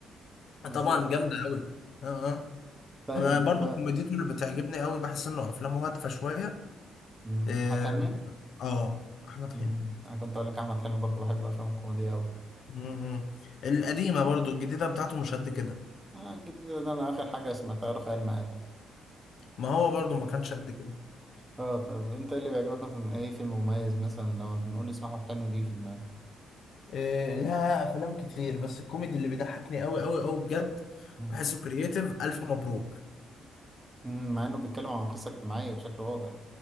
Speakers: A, on the right (about 15°); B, on the left (about 65°).
A: بالظبط
B: طبعا جامده قوي اه اه
A: طيب
B: انا برضو كوميديته اللي بتعجبني قوي بحس انه افلامه هادفه شويه
A: مم،
B: أم،
A: احمد حلمي
B: اه احمد
A: مم،
B: حلمي
A: انا كنت اقول لك احمد حلمي برضه بحب افلام الكوميديا
B: مم. القديمه برضو الجديده بتاعته مش قد كده
A: آه الجديد ده أنا آخر حاجة سمعتها له خيال مآتة
B: ما هو برضو ما كانش قد كده
A: اه طب أنت إيه اللي بيعجبك مثلا أي فيلم مميز مثلا لو بنقول اسم أحمد حلمي بيجي في دماغك
B: إيه لها افلام كتير بس الكوميدي اللي بيضحكني قوي قوي قوي بجد
A: مم.
B: بحسه كرييتيف الف مبروك
A: مم، مع إنه بيتكلم عن قصة اجتماعية بشكل واضح